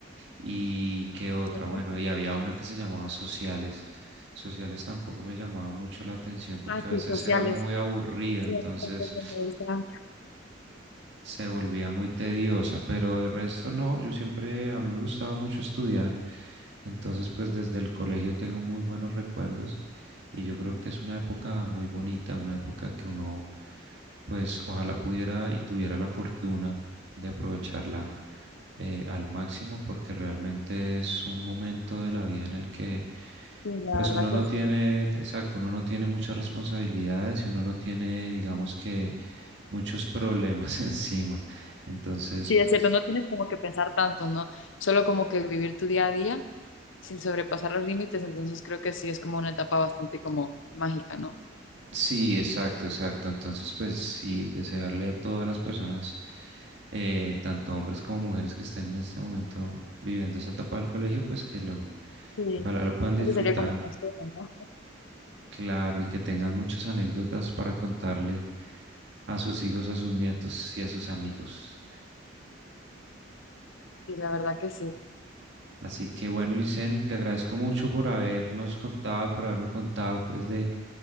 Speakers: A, on the right (about 60°); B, on the left (about 75°).
A: Y qué otra,
B: Sí.
A: bueno, y había una que se llamaba Sociales. Sociales tampoco me llamaba mucho la atención porque
B: Ah, sí,
A: a veces
B: sociales.
A: era muy aburrida,
B: Sí,
A: entonces
B: tampoco me gusta.
A: se volvía muy tediosa, pero de resto no, yo siempre, a mí me gustaba mucho estudiar, entonces pues desde el colegio tengo muy buenos recuerdos y yo creo que es una época muy bonita, una época que uno pues ojalá pudiera y tuviera la fortuna de aprovecharla eh, al máximo porque realmente es un momento de la vida en el que
B: Sí, la
A: pues
B: verdad
A: uno no
B: que
A: tiene,
B: sí.
A: exacto, uno no tiene muchas responsabilidades y uno no tiene, digamos que muchos problemas <laughs> encima. Entonces,
B: Sí,
A: pues
B: es cierto, no tienes como que pensar tanto, ¿no? Solo como que vivir tu día a día sin sobrepasar los límites, entonces creo que sí es como una etapa bastante como mágica, ¿no?
A: sí, exacto, exacto. Entonces, pues sí, desearle a todas las personas, eh, tanto hombres como mujeres que estén en este momento viviendo esa etapa del colegio, pues que lo,
B: Sí,
A: que ojalá lo puedan disfrutar,
B: eso sería como un consejo, ¿no?
A: claro, y que tengan muchas anécdotas para contarle a sus hijos, a sus nietos y a sus amigos.
B: Sí, la verdad que sí.
A: Así que bueno, Licen, te agradezco mucho por habernos contado y por haberme contado pues de